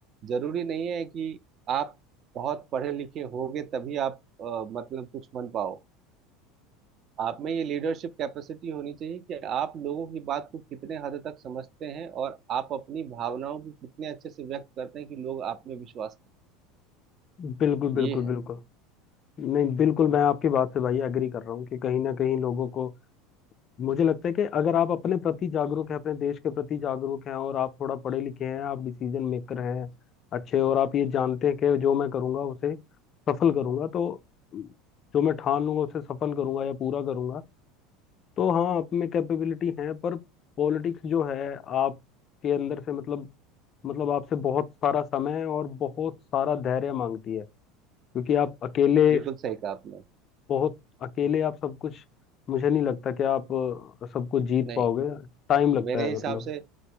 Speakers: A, on the right; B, on the left.
A: जरूरी नहीं है कि आप बहुत पढ़े लिखे होगे तभी आप अ, मतलब कुछ बन पाओ आप में ये लीडरशिप कैपेसिटी होनी चाहिए कि आप लोगों की बात को कितने हद तक समझते हैं और आप अपनी भावनाओं को कितने अच्छे से व्यक्त करते हैं कि लोग आप में विश्वास करें
B: बिल्कुल बिल्कुल
A: ये है
B: बिल्कुल नहीं बिल्कुल मैं आपकी बात से भाई एग्री कर रहा हूँ कि कहीं ना कहीं लोगों को मुझे लगता है कि अगर आप अपने प्रति जागरूक हैं अपने देश के प्रति जागरूक हैं और आप थोड़ा पढ़े लिखे हैं आप डिसीजन मेकर हैं अच्छे और आप ये जानते हैं कि जो मैं करूँगा उसे सफल करूँगा तो जो मैं ठान लूंगा उसे सफल करूंगा या पूरा करूंगा तो हाँ आप में कैपेबिलिटी है पर पॉलिटिक्स जो है आपके अंदर से मतलब मतलब आपसे बहुत सारा समय और बहुत सारा धैर्य मांगती है क्योंकि आप अकेले
A: बिल्कुल सही कहा आपने
B: बहुत अकेले आप सब कुछ मुझे नहीं लगता कि आप अ, सब कुछ जीत
A: नहीं
B: पाओगे टाइम लगता
A: मेरे
B: है
A: हिसाब
B: मतलब
A: से